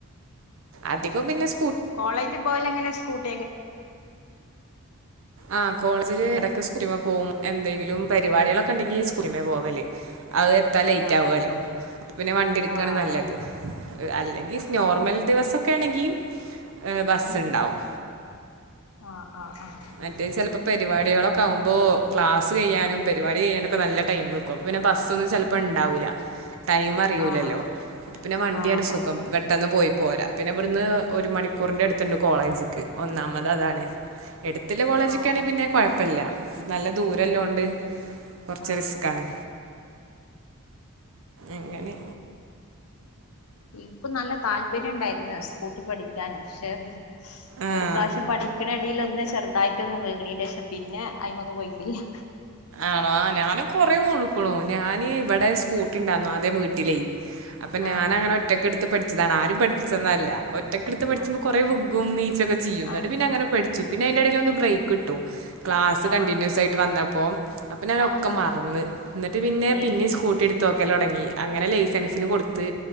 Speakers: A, on the right; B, on the left.
A: അധികം ബിന്നെസ്
B: കോളേജ് പോലെ ങ്ങനെ സ്‌ക്കുട്ടി
A: ആ കോൾ ജില് റെ സുകുട്ടിമ്മ പോവും എന്തെങ്കിലും പരിപാടികളൊക്കെണ്ടെങ്കി സ്കുട്ടിമേ പോവല് അത് എത്താലേറ്റ്
B: ആഹ്
A: ആവല്ലോ പിന്നെ വണ്ടിെടുക്കയാണ്
B: ആഹ്
A: നല്ലത് അല്ലെങ്കി
B: ആഹ്
A: നോർമൽ
B: ആഹ്
A: ദിവസം ക്കണെങ്കി ഏഹ ബസ്സുണ്ടാവും
B: ഉം ആഹ് ആഹ് ആഹ്
A: മറ്റേ ചെലപ്പോ പരിപാടികളൊക്കെ ആവുമ്പോ ക്ലാസ് ചെയ്യാനും പരിപാടി ചെയ്യാനും ക്ക നല്ല ടൈമെടുക്കും അപ്പപിന്നെ ബസ്സൊന്നും ചെലപ്പോണ്ടാവൂല ടൈം അറിയൂലല്ലോ
B: ആഹ്
A: പിന്നെ വണ്ടിയാണ്
B: ആഹ് അതന്നെ
A: സുഖം പെട്ടെന്ന് പോയി പോരാ പിന്നെ ഇവിട്ന്ന് ഒരു മണിക്കൂറിന്റെ അട്ത്ത്ണ്ട് കോളേജ്ക്ക് ഒന്നാം അത് അതാണ് എടുത്തില്ല കോളേജ്ക്കാണെയ്
B: ആഹ്
A: പിന്നെ കൊഴപ്പല്ല. നല്ല ദൂരല്ലോണ്ട്
B: ഉം ഉം
A: കൊറ്ച്
B: ആഹ്
A: റിസ്കാണ്.
B: അതന്നെ
A: എങ്ങനെ
B: ഇ‌ൻകും നല്ല താല്പര്യണ്ടായിര്ന്ന് സ്കൂട്ടി പഠിക്കാന് ക്ഷെ.
A: ആ
B: ഒരു പ്രാവശ്യം പഠിക്ണ ടീൽ ഒന്ന് ചെറുതായിട്ടൊന്ന് വീണയ്ൻ്റെഷം പിന്നെ അയിമക്ക് പോയിട്ടില്ല്യ.
A: ആണോ ആ ഞാനും കുറേ വീണ്ക്ക്ണൂ ഞാന് ഇവടെ സ്കൂട്ടി ഇണ്ടായ്ന്നു. ആദ്യം വീട്ടിലേ അപ്പൊ ഞാനങ്ങനെ
B: ആഹ്
A: ഒറ്റക്ക്ട്ത്ത് പഠിച്ചതാണ് ആരും പഠിപ്പിച്ചന്നല്ല. ഒറ്റക്ക്ട്ത്ത് പഠിച്ചുമ്പോ
B: ആഹ്
A: കൊറെ
B: ആഹ്
A: വുഗും നീച്ചൊക്കെ ചിയ്യും. ഇന്നട്ട്
B: ആഹ്
A: പിന്നെ അങ്ങനെ പഠിച്ചു പിന്നെ അയിന്റെ എടേൽ ഒന്ന് ബ്രേ ക്ക്ട്ടു. ക്ലാസ്സ്
B: ആഹ്
A: കണ്ടിന്യൂസ് ആയിട്ട് വന്നപ്പോം അപ്പൊ ഞാനൊക്കെ
B: ആഹ് ആഹ്
A: മറന്ന് ഇന്നട്ട് പിന്നെ
B: ഏ
A: പിന്നിം സ്കൂട്ടി ഇട്ത്തോക്കെ ലൊടങ്ങി അങ്ങനെ ലൈസൻസിന് കൊടുത്ത്